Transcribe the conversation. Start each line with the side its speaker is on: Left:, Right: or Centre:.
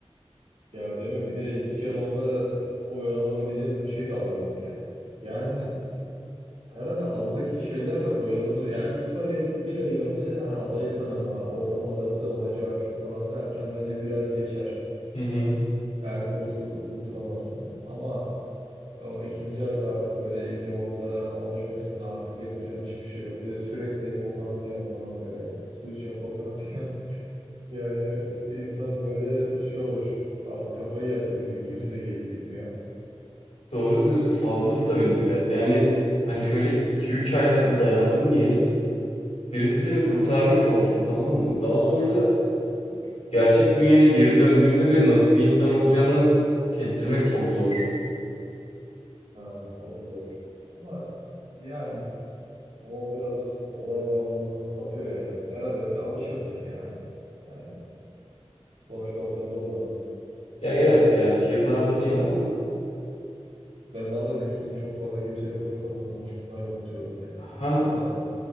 Right: Ya değil mi? Bir de hiç yanımıza oyalanabileceğimiz bir şey de alamadık ya. Yani herhalde adadaki şeylerle oyalanır. Ya ilk parayı bir ayı bence hani adayı tanıma, ortama adapte olma, cart curt falan derken bence bir ay geçer.
Left: Hı hı.
Right: Eğer kurtul kurtulamazsan. Ama O ikinci ayda artık böyle iyice orada alışmışsın artık yapacağın hiçbir şey yok. Bir de sürekli kokonat yiyorsun falan böyle. Su içiyorsun kokonat yiyorsun. <laughs> Yani insan böyle şey olur. Artık kafayı yer dediğim gibi kimse de gelip gitmiyor.
Left: Doğru diyorsun. Fazla stabil bir hayat. Yani hani şöyle iki üç ay hadi dayandın diyelim. Birisi seni kurtarmış olsun tamam mı? Daha sonra gerçek dünyaya geri döndüğünde bile nasıl bir insan olacağını kestirmek çok zor.
Right: Ha, o da doğru. Ama yani o biraz olay bağlamından sapıyor yani. Herhalde de alışırsın yani. Yani sonuçta orada doğmadım.
Left: Ya
Right: Ama
Left: evet gerçi yıllarda değil ama
Right: ben bazen üç gün çok fazla kimseyle konuşmadım ve konuşmayı unutuyorum yani.
Left: ha
Right: O da